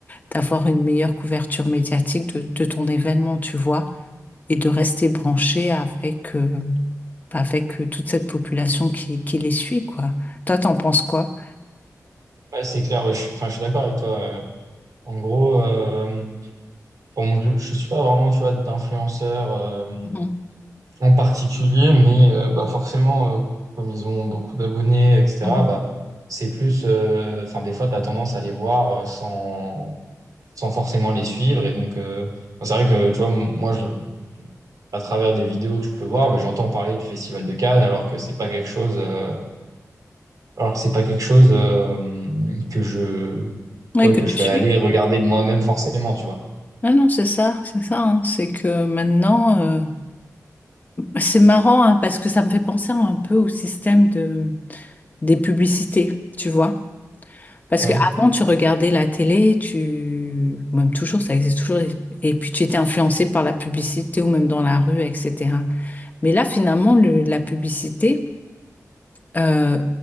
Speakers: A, on the left; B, on the right.
A: d'avoir une meilleure couverture médiatique de, de ton événement, tu vois, et de rester branché avec, euh, bah, avec euh, toute cette population qui, qui les suit, quoi. Toi, t'en penses quoi?
B: Ouais, c'est clair, ouais, je suis, enfin, je suis d'accord avec toi. En gros, euh, pour mon- je, je suis pas vraiment, tu vois, d'influenceurs euh,
A: Mhm,
B: en particulier, mais euh, bah forcément, euh, comme ils ont beaucoup d'abonnés, etc.,
A: mhm.
B: bah, c'est plus... euh, Enfin, des fois, tu as tendance à les voir euh, sans, sans forcément les suivre. Et donc, euh, bon, c'est vrai que, tu vois, m- moi, je, à travers des vidéos que je peux voir, mais j'entends parler du Festival de Cannes, alors que c'est pas quelque chose, euh, alors que c'est pas quelque chose euh, que je,
A: Oui,
B: ouais,
A: que
B: que
A: tu
B: je
A: suis.
B: vais aller regarder de moi-même forcément, tu vois.
A: Ah non, c'est ça, c'est ça. hein. C'est que maintenant, euh, C'est marrant hein, parce que ça me fait penser un peu au système de, des publicités, tu vois. Parce
B: Ouais.
A: qu'avant, tu regardais la télé, tu... même toujours, ça existe toujours, et et puis tu étais influencé par la publicité ou même dans la rue, etc. Mais là, finalement, le- la publicité, euh,